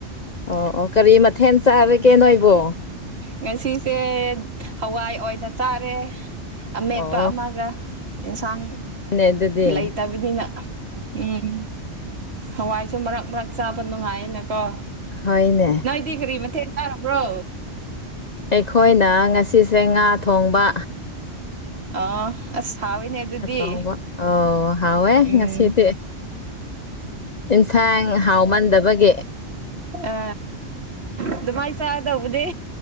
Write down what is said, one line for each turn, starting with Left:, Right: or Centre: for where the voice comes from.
Left: ꯑꯣ ꯑꯣ ꯀꯔꯤ ꯃꯊꯦꯜ ꯆꯥꯔꯒꯦ ꯅꯣꯏꯕꯣ
Right: ꯉꯁꯤꯁꯦ ꯍꯋꯥꯏ ꯑꯣꯏꯅ ꯆꯥꯔꯦ ꯑꯃꯦꯠꯄ
Left: ꯑꯣ
Right: ꯑꯃꯒ ꯏꯟꯁꯥꯡ
Left: ꯅꯦ ꯑꯗꯨꯗꯤ
Right: ꯂꯩꯇꯕꯅꯤꯅ ꯎꯝ ꯍꯋꯥꯏꯁꯨ ꯃꯔꯛ ꯃꯔꯛ ꯆꯥꯕ ꯅꯨꯡꯉꯥꯏꯅꯀꯣ
Left: ꯍꯅꯦ
Right: ꯀ ꯀꯔꯤ ꯃꯊꯦꯜ ꯆꯥꯔꯕ꯭ꯔꯣ
Left: ꯑꯩꯈꯣꯏꯅ ꯉꯁꯤꯁꯦ ꯉꯥ ꯊꯣꯡꯕ
Right: ꯑꯥ ꯑꯁ ꯍꯥꯎꯋꯤꯅꯦ ꯑꯗꯨꯗꯤ
Left: ꯉꯥ ꯊꯣꯡꯕ ꯑꯣ ꯍꯥꯎꯋꯦ
Right: ꯎꯝ
Left: ꯉꯁꯤꯗꯤ ꯏꯟꯁꯥꯡ ꯍꯥꯎꯃꯟꯗꯕꯒꯤ
Right: ꯑ ꯑꯗꯨꯃꯥꯏ ꯆꯗꯧꯕꯗꯤ